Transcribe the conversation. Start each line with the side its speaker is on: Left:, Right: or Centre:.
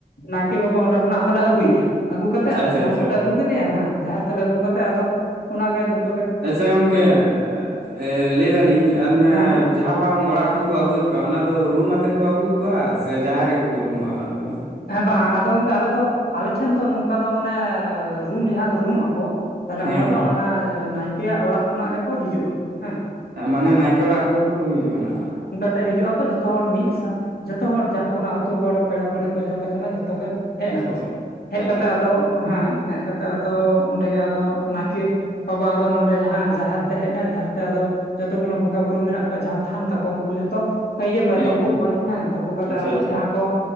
Left: ᱱᱟᱭ ᱠᱮ ᱵᱟᱵᱟ ᱚᱸᱰᱮ ᱠᱷᱚᱱᱟᱜ ᱟᱫᱚᱞᱮ ᱟᱹᱜᱩᱭᱮᱭᱟ, ᱟᱹᱜᱩ ᱠᱟᱛᱮ ᱟᱫᱚ
Right: ᱟᱪᱪᱷᱟ
Left: ᱡᱟᱦᱮᱨ
Right: ᱟᱪᱪᱷᱟ
Left: ᱛᱮᱞᱮ ᱟᱹᱜᱩ ᱠᱮᱫᱮᱭᱟ ᱦᱮᱸ ᱡᱟᱦᱮᱨ ᱛᱟᱦᱞᱮ ᱟᱹᱜᱩ ᱠᱟᱛᱮᱜ ᱟᱫᱚ ᱚᱱᱟᱜᱮ ᱡᱷᱚᱛ
Right: ᱟᱪᱪᱷᱟ ᱜᱚᱝᱠᱮ ᱮᱸ ᱞᱟᱹᱭ ᱫᱟᱞᱤᱧ <unintelligible>
Left: ᱦᱮᱸ
Right: ᱡᱟᱦᱟᱸ ᱵᱟᱝ ᱚᱲᱟᱜ ᱠᱷᱚᱱ ᱵᱚ ᱟᱹᱜᱩᱭ ᱠᱚᱣᱟ ᱚᱱᱟᱫᱚ ᱨᱩᱢ ᱟᱛᱮᱱ ᱵᱚ ᱟᱹᱜᱩᱭ ᱠᱚᱣᱟ ᱥᱮ ᱡᱟᱦᱟᱸᱨ ᱨᱮᱜᱮ ᱠᱚ ᱨᱩᱢᱩᱜ-ᱟ ᱚᱱᱟᱫᱚ ᱦᱮᱸ ᱥᱮ?
Left: ᱦᱮᱸ ᱵᱟ ᱟᱫᱚ ᱜᱚᱝᱠᱮ ᱟᱞᱮ ᱫᱚ ᱟᱞᱮ ᱴᱷᱮᱱ ᱫᱚ ᱱᱚᱝᱠᱟ ᱫᱚ ᱢᱟᱱᱮ ᱮᱸ, ᱨᱩᱢ ᱡᱟᱦᱟᱸ ᱠᱚ ᱨᱩᱢᱩᱜ-ᱟᱠᱚ ᱛᱟᱦᱞᱮ
Right: ᱦᱮᱸ
Left: ᱚᱱᱟ ᱫᱚ ᱟᱢ ᱵᱟ, ᱱᱟᱭᱠᱮᱭᱟᱜ ᱚᱲᱟᱜ ᱠᱷᱚᱱᱟᱜ ᱜᱮᱠᱚ ᱦᱤᱡᱩᱜ-ᱟ ᱦᱮᱸ᱾
Right: ᱦᱮᱸ, ᱢᱟᱱᱮ ᱱᱟᱭᱠᱮ ᱚᱲᱟᱜ ᱠᱷᱚᱱ ᱜᱮᱠᱚ ᱨᱩᱢ ᱦᱤᱡᱩᱜ-ᱟ ᱚᱱᱟ, ᱚᱱᱟ ᱫᱚ᱾
Left: ᱥᱮ ᱦᱤᱡᱩᱜ-ᱟᱠᱚ ᱡᱷᱚᱛᱚ ᱦᱚᱲ ᱢᱤᱫ ᱥᱟ ᱡᱷᱚᱛᱚ ᱦᱚᱲ ᱡᱟᱦᱟᱸ ᱠᱚᱱᱟᱜ ᱟᱹᱛᱩ ᱦᱚᱲ ᱯᱮᱲᱟ ᱯᱟᱹᱲᱦᱟᱹ ᱠᱚ ᱡᱚᱦᱚ ᱠᱚ ᱪᱟᱞᱟᱜ-ᱟ ᱡᱷᱚᱛᱚ ᱜᱮ᱾ ᱦᱮᱡ
Right: ᱟᱪᱪᱷᱟ
Left: ᱮᱱᱟ ᱠᱚ,
Right: ᱟᱪᱪᱷᱟ
Left: ᱦᱮᱡ
Right: ᱟᱪᱪᱷᱟ
Left: ᱠᱟᱛᱮ ᱟᱫᱚ ᱦᱮᱸ ᱦᱮᱡ ᱠᱟᱛᱮ ᱟᱫᱚ ᱚᱸᱰᱮ ᱜᱮ ᱟᱫᱚ ᱱᱟᱭᱠᱮ ᱵᱟᱵᱟ ᱟᱫᱚ ᱱᱚᱰᱮ ᱡᱟᱦᱟᱸ ᱡᱟᱦᱮᱨ ᱛᱮ ᱦᱮᱡ ᱱᱟᱭ, ᱡᱟᱦᱮᱨ ᱛᱮ ᱟᱫᱚ ᱡᱚᱛᱚ ᱜᱩᱱᱚ ᱵᱚᱸᱜᱟ ᱵᱩᱨᱩ ᱢᱮᱱᱟᱜ ᱠᱚᱣᱟ᱾ ᱡᱟᱦᱟᱸ ᱛᱷᱟᱱ ᱛᱟᱠᱚ ᱩᱱᱠᱩ ᱡᱷᱚᱛᱚ ᱤᱭᱟᱹ ᱠᱚᱣᱟᱭ
Right: ᱦᱮᱸ
Left: ᱛᱳᱯᱚ
Right: ᱦᱮᱸ
Left: ᱠᱚᱣᱟᱭ ᱦᱮᱸ, ᱛᱳᱯᱳ ᱠᱟᱛᱮᱫ
Right: ᱟᱪᱪᱷᱟ
Left: ᱟᱫᱚ
Right: ᱟᱪᱪᱷᱟ
Left: ᱡᱟᱦᱟᱸ ᱠᱚ